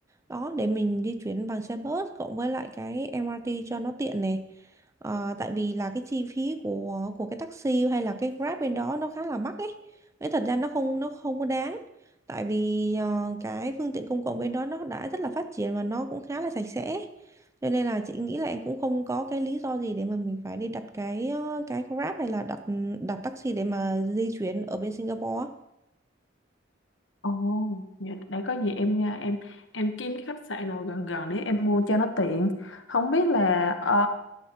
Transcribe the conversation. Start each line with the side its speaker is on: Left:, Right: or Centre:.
Right: Đó để mình di chuyển bằng xe bus cộng với lại cái em MRT cho nó tiện này. Ờ, tại vì là cái chi phí của của cái taxi hay là cái Grab bên đó nó khá là mắc ấy. Nên thật ra nó không nó không có đáng. Tại vì ờ, cái phương tiện công cộng bên đó nó đã rất là phát triển và nó cũng khá là sạch sẽ. Cho nên là chị nghĩ là em cũng không có cái lý do gì để mà mình phải đi đặt cái ờ, cái Grab hay là đặt đặt taxi để mà di chuyển ở bên Singapore. á.
Left: Ồ, vậy để có gì em nha em em kiếm cái khách sạn nào gần gần để em mua cho nó tiện. Không biết là ờ,